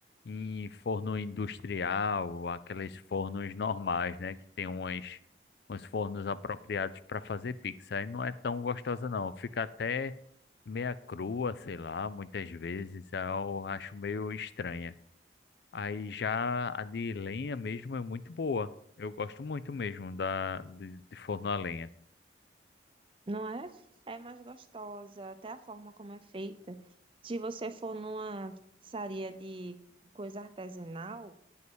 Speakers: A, on the left (about 65°); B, on the right (about 30°).
A: em forno industrial, aqueles fornos normais, né? Que tem uns, uns fornos apropriados para fazer pizza. Aí não é tão gostosa, não. Fica até meia crua, sei lá, muitas vezes. aí Eu acho meio estranha. Aí já a de lenha mesmo é muito boa. Eu gosto muito mesmo da, de, de forno a lenha.
B: Não é? É mais gostosa, até a forma como é feita. Se você for numa pizzaria de coisa artesanal,